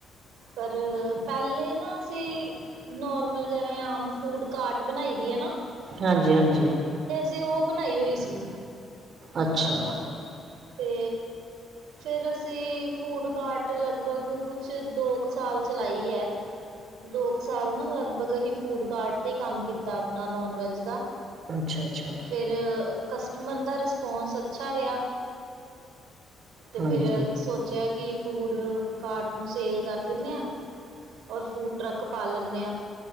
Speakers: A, on the right; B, on the right.
A: ਪਰ--ਰ ਪੇਲੇੇ ਨਾ ਅਸੀਂ ਨੌਰਮਲ ਜਿਵੇਂ ਆਮ ਫੂਟ-ਕਾਟ ਬਣਾਈ ਦੀ ਐ ਨਾ
B: ਹਾਂਜੀ- ਹਾਂਜੀ।
A: ਤੇ ਓ ਬਣਾਈ ਹੋਈ ਸੀ।
B: ਅੱਛਾ।
A: ਤੇ ਫੇਰ ਅਸੀਂ ਫੂਟ-ਕਾਟ ਲਗਭਗ ਕੁਛ ਦੋ ਕ ਸਾਲ ਚਲਾਈ ਐ। ਦੋ ਕ ਸਾਲ ਨਾ ਲਗਭਗ ਅਸੀਂ ਫੂਟ-ਕਾਟ ਤੇ ਕੰਮ ਕੀਤਾ ਆਪਣਾ ਨੋਨ ਵੈਜ ਦਾ।
B: ਅੱਛਾ- ਅੱਛਾ।
A: ਆ ਕਸਟਮਰ ਦਾ ਰਸਪੌਂਸ ਅੱਛਾ ਰੇਆ ਤੇ
B: ਹਾਂਜੀ
A: ਫੇਰ ਸੋਚੇਆ ਕੀ ਫੂਡ ਕਾਟ ਨੂੰ ਸੇਲ ਕਰ ਦਿੰਨੇ ਆ ਔਰ ਫੂਡ ਟਰੱਕ ਪਾ ਲੇਂਨੇ ਆ।